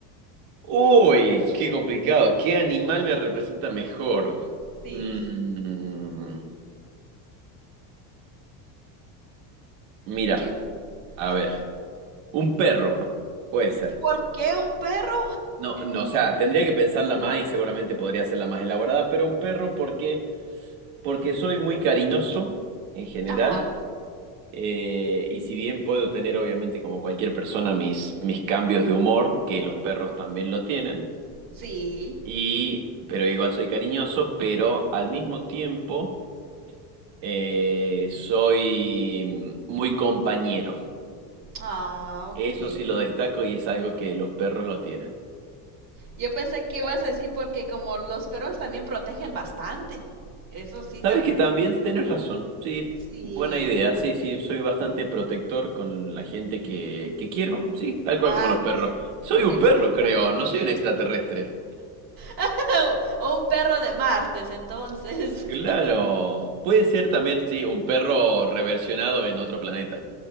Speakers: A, on the right (about 70°); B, on the right (about 45°).
A: Uy, qué complicado. ¿Qué animal me representa mejor?
B: Sí,
A: Mm. Mira,
B: que,
A: a
B: a
A: ver,
B: ver,
A: un perro, puede ser.
B: ¿por qué un perro
A: No, no, o sea, tendría que pensarla más y seguramente podría ser la más elaborada, pero un perro, porque, Porque soy muy cariñoso en general,
B: Ajá,
A: eh, y si bien puedo tener, obviamente, como cualquier persona, mis, mis cambios de humor, que los perros también lo tienen,
B: sí.
A: y, pero igual soy cariñoso, pero al mismo tiempo eh, soy muy compañero.
B: Ah, ok.
A: Eso sí lo destaco y es algo que los perros no tienen.
B: Yo pensé que ibas a decir porque como los perros también protegen bastante. Eso sí,
A: Sabes
B: también.
A: que también tienes razón, sí,
B: Sí,
A: buena idea, sí, sí, soy bastante protector con la gente que, que quiero, sí, tal cual
B: ándale.
A: como los perros. Soy un
B: Exacto.
A: perro, creo, no soy un extraterrestre.
B: <laughs> O un perro de martes, entonces.
A: Claro,
B: <laughs>
A: puede ser también, sí, un perro reversionado en otro planeta.